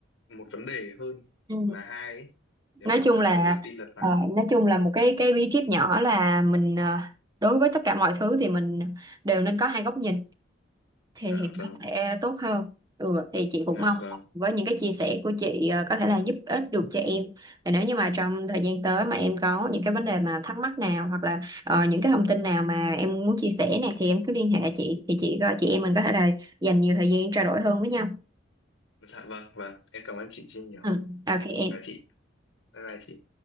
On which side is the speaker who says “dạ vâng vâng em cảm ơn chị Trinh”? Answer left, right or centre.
Left